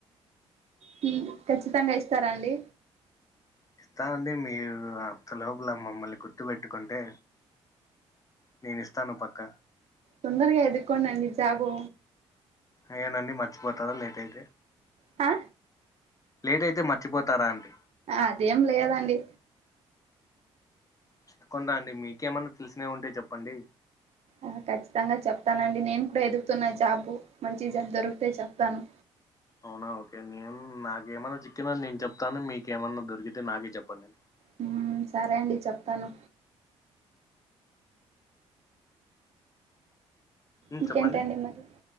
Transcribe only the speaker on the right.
హ్మ్ ఖచ్చితంగా ఇస్తారాండి
తొందరగా ఎదుకోండండి జాబు
ఆ
అదేం లేదన్డి
ఆ ఖచ్చితంగా చెప్తానండి నేను కూడా ఎదుగుతున్నా జాబు మంచి జాబ్ దొరికితే చెప్తాను
హ్మ్ సరే అండి చెప్తాను
ఇంకేంటండి
మరి